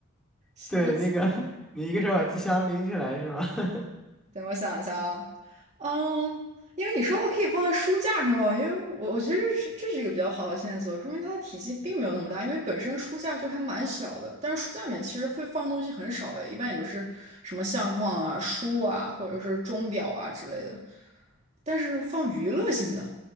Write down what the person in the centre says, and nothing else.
对，那个 <laughs> 你一个手把机箱拎起来是吗？<laughs>